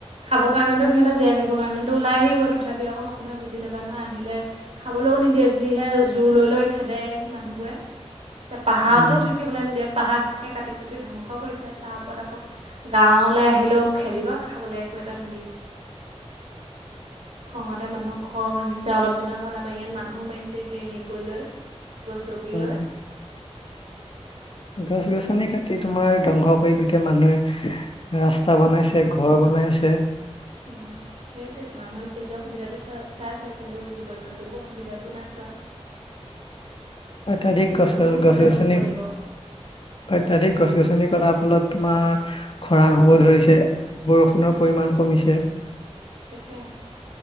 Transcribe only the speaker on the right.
খাব কাৰণেতো সিহঁত জীয়াই থাকিব কাৰণেতো ওলাই আহিবই। তথাপি আকৌ, মানুহে বুজি নাপায় নহয়! আহিলে, খাবলৈ কোনো নিদিয়ে। যিহে জোই লৈ লৈ খেদে, মানুহবোৰে।
এ, পাহাৰতো
থাকি নিদিয়ে। পাহাৰ <unintelligible> কাটি কুটি ধ্বংস কৰিছে! তাৰ ওপৰত আকৌ, গাঁৱলৈ আহিলেও খেদিব। খাবলৈ একো এটা নিদিয়ে!
খঙতে মানুহক ঘৰ ভাঙিছে। অলপ দিনৰ আগত, আমাৰ ইয়াত মানুহো মাৰিছে। সে, সই কৰি লৈ। গচকি
লয়।
উম, সেইটোৱেইটো! মানুহ নিজৰ সুবিধাটো চ, চাইছে। কিন্তু, জীৱ -জন্তুবোৰ অসুবিধাবোৰ নাই চোৱা।
সিহঁতৰো সুবিধাবোৰ
চাব লাগিব
তাকে!